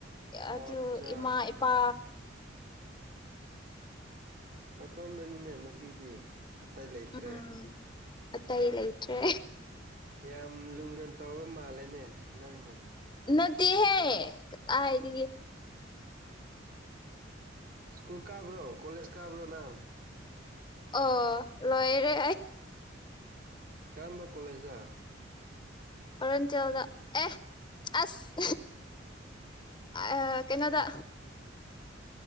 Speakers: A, on the right; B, on the left.
A: ꯑꯣꯠꯆꯥ
B: ꯑꯗꯨ ꯑꯗꯨ ꯏꯃꯥ ꯏꯄꯥ
A: ꯅꯅꯥꯇꯣꯝꯗꯅꯤꯅꯦ ꯅꯨꯄꯤꯗꯤ ꯂꯩꯇ꯭ꯔꯦ
B: ꯎꯝ ꯑꯇꯩ ꯂꯩꯇ꯭ꯔꯦ
A: ꯌꯥꯝ ꯂꯨꯅ ꯀꯩꯗꯧꯕ ꯃꯥꯜꯂꯦꯅꯦ ꯅꯪꯕꯨ
B: ꯅꯠꯇꯦꯍꯦ ꯀ ꯍꯥꯏꯔꯤꯌꯦꯦ
A: ꯁ꯭ꯀꯨꯜ ꯀꯥꯕ꯭ꯔꯣ ꯀꯣꯂꯦꯖ ꯀꯥꯕ꯭ꯔꯣ ꯅ
B: ꯑꯣ ꯂꯣꯏꯔꯦ
A: ꯀꯔꯝꯕ ꯀꯣꯂꯦꯖꯥ
B: ꯑꯔꯨꯟꯆꯜꯗ ꯑꯦ ꯑꯁ ꯑ ꯀꯩꯅꯣꯗ